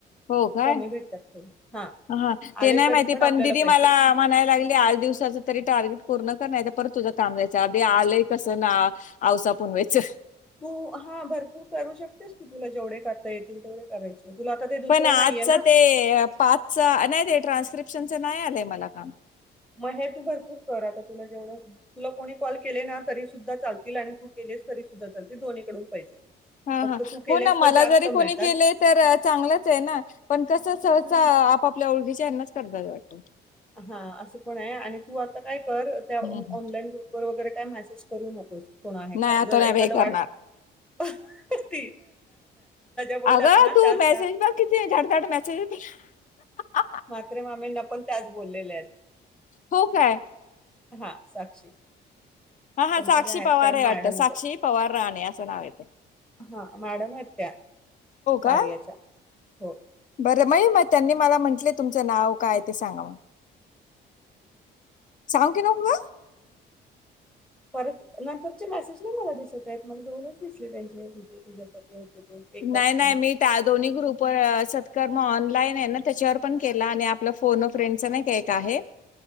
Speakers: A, on the left; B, in the centre.
A: हो काय?
B: कमी भेटतात थोडे हा
A: ह ते
B: आले
A: नाही
B: तरी
A: माहिती पण
B: आपल्याला
A: दिदी
B: पैसे
A: मला म्हणायला लागली आठ दिवसाच तरी टार्गेट पूर्ण नाही परत तुझं काम जा्यायचं अधदी आलंय कसं ना आवसा पुनवेच!
B: तू हा भरपूर करू शकतेस तू तुला जेवढे करता येतील तेवढे करायचे. तुला आता ते दुसरं
A: पण आजचा
B: नाहीये ना,
A: ते पाचचा नाही ते ट्रान्स्क्रिप्ट पशनच नाही आलंय मला काम.
B: मग हे तू भरपूर कर आता तुला जेवढं तुला कोणी कॉल केले ना तरी सुद्धा चालतील आणि तू केलेस तरी सुद्धा चालतील दोन्हीकडून पैसे
A: हा
B: फक्त
A: हा
B: तू केलेस
A: हो ना मला
B: तर जास्त
A: जरी
B: मिळतात.
A: कोणी केले तर चांगलंच आहे ना पण कस सहसा
B: हं.
A: आपापल्या ओळखी त्यांना च करतात वाटत!
B: हा असं पण आहे आणि तू आता काय त्या
A: हम्म, हम्म.
B: ऑनलाईन ग्रुप वगैर काय मसेस करू नको. कोण आहे का?
A: नाही आता
B: जर
A: नाही
B: एखादं
A: बाई करणार
B: वाट <inaudible> बोलल्यात
A: अगं
B: ना
A: तू
B: त्याच
A: मेसेज
B: त्या
A: मग किती झाटझाट मेसेज <inaudible>
B: म्हात्रे मामी ना पण त्याच बोललेल्या आहेत.
A: हो काय?
B: हा साक्षी
A: हा हा
B: कोणतरी
A: साक्षी
B: आहेत
A: पवार
B: काय
A: हे
B: मॅडमच
A: वाटत
B: आहेत.
A: साक्षी पवार राणे असं नाव येतय.
B: हा मॅडम येत्या कारयाच्या.
A: का
B: हो!
A: बरं मा मग त्यांनी मला म्हटले तुमचं नाव काय ते सांगा मला सांगू की? नको ग
B: परत नंतरचे मेसेज नाही मला दिसत आहेत मग दोनच दिसले त्यांचे तुझ्यासाठी ते एकच
A: नाही नाही
B: फोन.
A: मी त्या दोन्ही ग्रुप सत्कर्म ऑनलाईन आहे ना त्याच्यावर पण केला आणि आपलं फोन, अ फ्रेंडचा नाही एक आहे.